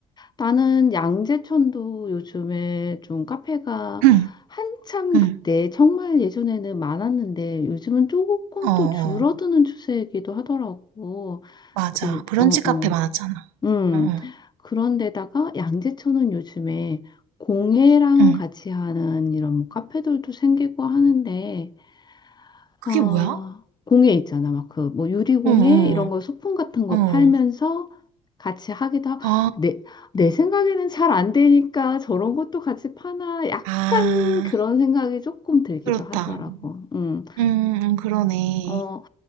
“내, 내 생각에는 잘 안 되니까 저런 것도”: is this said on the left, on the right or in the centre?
Left